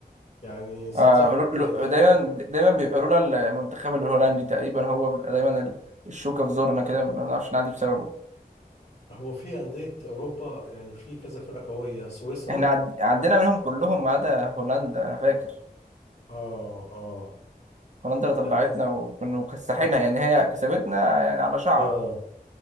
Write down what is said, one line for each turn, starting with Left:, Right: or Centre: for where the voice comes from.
Left: يعني ساعات
Right: آه
Left: ياخد
Right: لو- لو-
Left: تق.
Right: دايما دايما بيبقى لولا المنتخب الهولندي تقريبا هو بيبقى دايما ال- الشوكة في زورنا كده ما بنعرفش نعدي بسببه
Left: هو في أندية أوروبا يعني في كذا فرقة قوية سويسرا
Right: احنا عد... عدينا منهم كلهم ما عدا هولندا انا فاكر
Left: اه اه
Right: هولندا اللي
Left: لا
Right: طلعتنا
Left: ده
Right: وكنا مكسحينها
Left: اه
Right: يعني هي كسبتنا يعني على شعرة
Left: اه